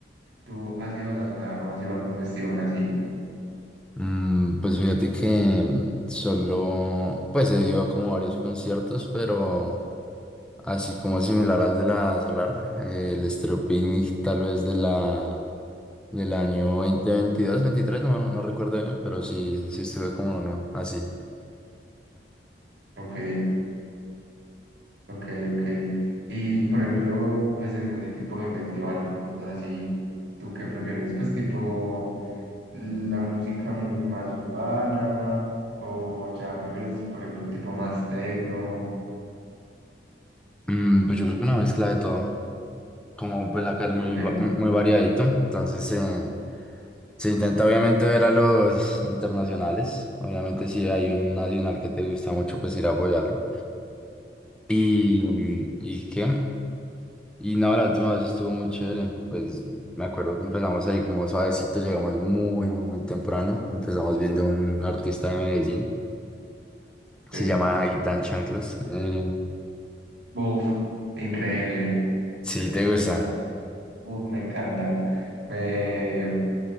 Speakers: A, on the right; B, in the centre.
A: ¿Tú has ido a la Solar o has ido a algún festival así?
B: Mm, pues fíjate que mm, solo, pues se dio como varios conciertos, pero así como similar al de la Solar, eh, el Estéreo Picnic tal vez de la Del año 2022, 23, no, no recuerdo bien, pero sí, sí estuve como uno, así.
A: Ok, ok, ok. Y por ejemplo, pues en ese tipo de festivales y cosas así, ¿tú qué prefieres? Pues tipo la música mu- más urbana o ya prefieres, por ejemplo, tipo más techno.
B: Mm, pues yo creo que una mezcla de todo. Como pues acá es muy,
A: Ok,
B: va- muy variadito, entonces eh, se intenta obviamente ver a los internacionales. Obviamente si hay un nacional que te gusta mucho, pues ir a apoyarlo. Y, ¿y qué? Y no, la última vez estuvo muy chévere. Pues me acuerdo que empezamos ahí como suavecito, llegamos muy, muy, muy temprano. Empezamos viendo a un artista de Medellín. Se
A: ok.
B: llama Guitar Chanclas. Eh,
A: Uf, increíble,
B: sí,
A: espectacular.
B: te gusta.
A: Uf, me encanta. Me,